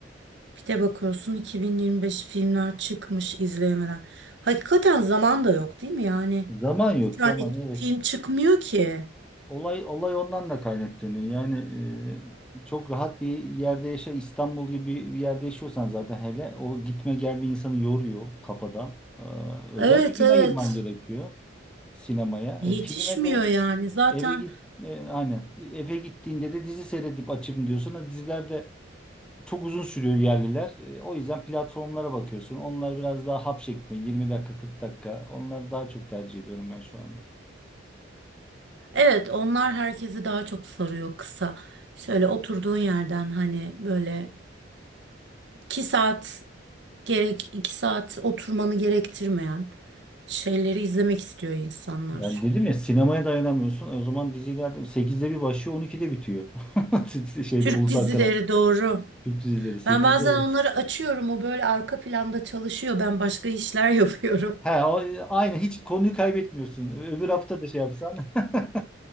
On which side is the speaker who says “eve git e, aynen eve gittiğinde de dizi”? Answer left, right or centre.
Centre